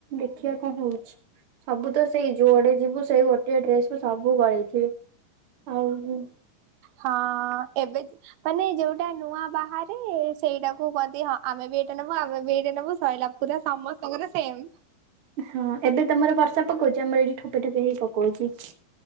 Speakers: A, on the right (about 45°); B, on the right (about 85°).
A: ଦେଖିଆ କଣ ହଉଛି। ସବୁ ତ ସେଇ ଯୁଆଡ଼େ ଯିବୁ ସେଇ ଗୋଟିଏ ଡ୍ରେସ୍ କୁୁ ସବୁ ଗଳେଇଥିବେ। ଆଉ ହଁ
B: ହଁ ଏବେ <unintelligible> ମାନେ ଯୋଉଟା ନୂଆ ବାହାରେ ସେଇଟାକୁ କହନ୍ତି ହଁ ଆମେ ବି ଏଇଟା ନବୁ, ଆମେ ବି ଏଇଟା ନବୁ ସଇଲା ପୁରା ସମସ୍ତଙ୍କର ସେମ୍।
A: ହଁ, ଏବେ ତୋମର ବର୍ଷା ପକଉଚୁ? ଆମର ଏଇଠି ଠୋପେ ଠୋପେ ହେଇ ପକଉଛି।